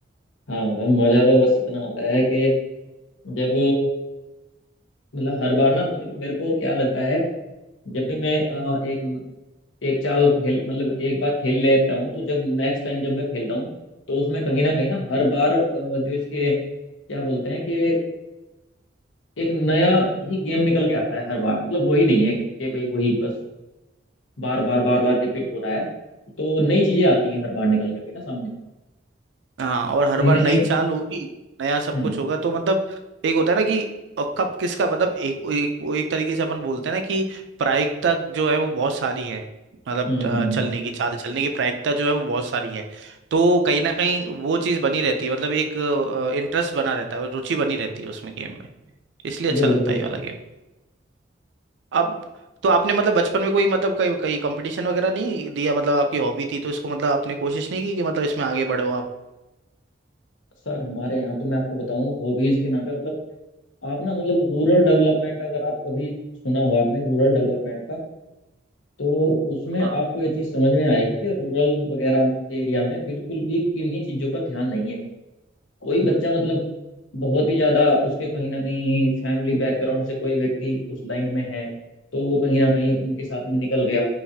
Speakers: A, on the left; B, on the right.
A: हाँ तो मजा तो बस इतना आता है कि जब मतलब हर बार ना मुझे मेरे को क्या लगता है जब भी मैं अ, एक एक चाल खेल मतलब एक बार खेल लेता हूँ तो जब नेक्स्ट टाइम जब मैं खेलता हूँ तो उसमें कहीं ना कहीं ना हर बार अ, जो इसके क्या बोलते हैं कि एक नया ही गेम निकल के आता है हर बार मतलब वही नहीं है कि भाई वही बस बार बार बार बार रिपीट हो रहा है तो नई चीजें आती हैं हर बार निकल करके ना सामने
B: हाँ और
A: तो
B: हर
A: कहीं
B: बार
A: ना
B: नई
A: कहीं
B: चाल होगी नया सब
A: हम्म
B: कुछ होगा तो मतलब एक होता है ना कि अ, कब किसका मतलब एक वो एक वो एक तरीके से अपन बोलते हैं ना कि प्रायिकता जो है वो बहुत सारी है मतलब
A: हम्म
B: अ,
A: हम्म
B: चलने की चाल चलने की प्रायिकता जो है वो बहुत सारी है तो कहीं ना कहीं वो चीज बनी रहती है मतलब एक इंटरेस्ट बना रहता है और रुचि बनी रहती है उसमें गेम में इसलिए अच्छा
A: बिल्कुल
B: लगता
A: बिल्कुल
B: है ये वाला गेम अब तो आपने मतलब बचपन में कोई मतलब कहीं कहीं कंपटीशन वगैरह नहीं दिया मतलब आपकी हॉबी थी तो इसको मतलब आपने कोशिश नहीं की कि मतलब इसमें आगे बढ़ो आप
A: सर हमारे यहाँ तो मैं आपको बताऊं हॉबीज के नाम पे मतलब आप ना मतलब रूरल डेवलपमेंट अगर आप कभी सुना हो आपने रूरल डेवलपमेंट का तो उसमें
B: हाँ।
A: आपको ये चीज समझ में आएगी कि रूरल वगैरह एरिया में बिल्कुल भी किन्हीं चीजों पर ध्यान नहीं है कोई बच्चा मतलब बहुत ही ज्यादा उसके कहीं ना कहीं फैमिली बैकग्राउंड से कोई व्यक्ति उस लाइन में है तो वो कहीं ना कहीं उनके साथ में निकल गया